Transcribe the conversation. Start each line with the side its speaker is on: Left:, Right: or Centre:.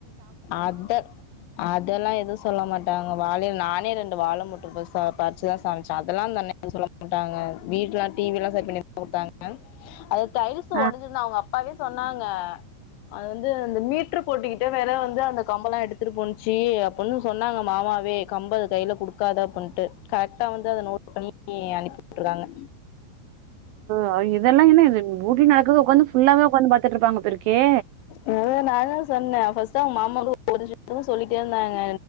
Left: அத அதெல்லா எதுவு சொல்ல மாட்டாங்க வாழைய நானே ரெண்டு வாழை முட்டு போ பறிச்சுதா சமைச்ச அதெல்லா அந்த அண்ணே சொல்ல மாட்டாங்க வீட் லா டிவில்லா சரி பண்ணிதா குடுத்தாங்க அது டைல்ஸ்
Right: ஆ
Left: ஒடஞ்சிருனு அவுங்க அப்பாவே சொன்னாங்க அது வந்து இந்த மீட்ரு போட்டிக்கிட்ட வேற வந்து அந்த கம்பல்லா எடுத்துட்டு போண்ச்சு அப்பன்னு சொன்னாங்க மாமாவே கம்ப அதுகையில குடுக்காத அப்புன்னுட்டு கரெக்டா வந்து அத நோட் பண்ணி அனுப்பி உட்டுருக்காங்க
Right: ஆ இதெல்லா என்ன இது ஊட்டி நடக்குது ஒக்காந்து ஃபுல்லாவே உக்காந்து பாத்துட்டு இருப்பாங்க போருக்கே
Left: மொத நா தா சொன்ன ஃபர்ஸ்ட்டா அவுங்க மாமா <inaudible> சொல்லிட்டே இருந்தாங்க